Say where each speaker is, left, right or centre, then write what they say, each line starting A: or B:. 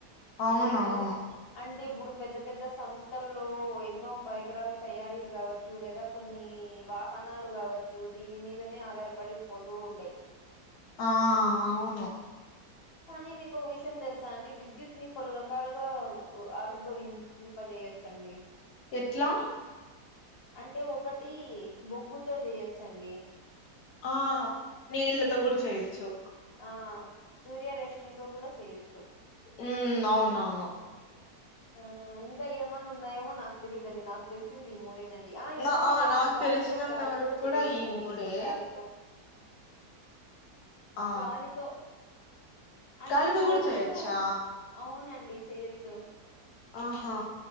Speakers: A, on the left; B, on the left.
A: అవునవును
B: ఇప్పట్లో అంటే ఇబుడు పెద్ద పెద్ద సంస్థల్లో ఎన్నో పరికరాలు తయారీలు గావచ్చు లేదా కొన్ని వాహనాలు గావచ్చు దీని మీదనే ఆధారపడి పోతూ ఉండయి.
A: ఆ అవును.
B: కానీ మీకు ఓ విషయం తెలుసా అండి విద్యుత్ ని పలు రకాలుగా ఆవిర్భవిం ఇంప జేయొచ్చండి.
A: ఎట్లా?
B: అంటే ఒకటీ బొగ్గుతో జెయ్యొచ్చండి.
A: ఆ నీళ్ళతో కూడ్ జెయ్యొచ్చు.
B: ఆ సూర్యరేష్మితో గూడ చెయ్యొచ్చు.
A: ఊ అవును అవును.
B: ఆ ఇంకా ఏమన్నా ఉన్నాయేమో నాకు తెలీదండి నాకు తెలిసింది ఈ మూడే నండి ఆ ఇంకొకటండి
A: నా నాకు
B: గాలితో
A: తెలిసినంత
B: గాలితో
A: వరకు
B: చేయచ్చండి.
A: కూడా ఈ మూడే
B: గాలితో
A: ఆ
B: గాలితో అంటే
A: గాలితో
B: బొగ్గుతో
A: కూడా చేయొచ్చా
B: అవునండి చెయ్యొచ్చు
A: ఆహా.